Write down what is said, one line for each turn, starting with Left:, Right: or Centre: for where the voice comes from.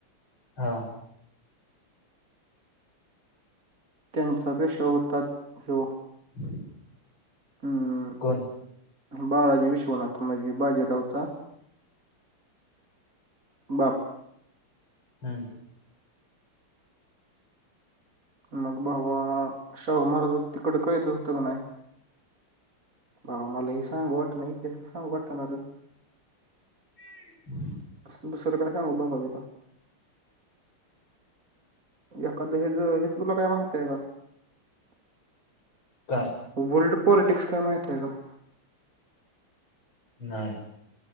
Left: हा
Right: त्यांचा पेशवा होतात ह्यो
Left: <inaudible>
Right: अम्म
Left: कोण?
Right: बाळाजी विश्वनाथ मजे बाजीरावचा बाप
Left: हम्म.
Right: मग भावा शाहूमहाराज तिकड कैद होते की नाही भावा मला हे सांगू वाटना इतिहासच सांगु वाटना रं.
Left: <inaudible>
Right: दुसरं काय सांगू भावा मी. एखादं हेज, हेज तुला काय माहिती हाय का?
Left: काय
Right: वर्ल्ड पॉलिटिक्स काय माहिती हाय का?
Left: नाही.